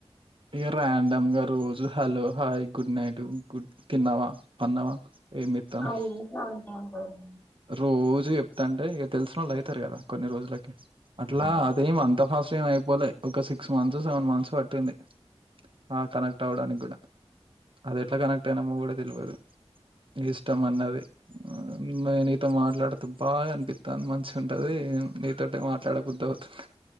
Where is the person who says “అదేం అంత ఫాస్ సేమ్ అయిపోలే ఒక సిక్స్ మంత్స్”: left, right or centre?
Right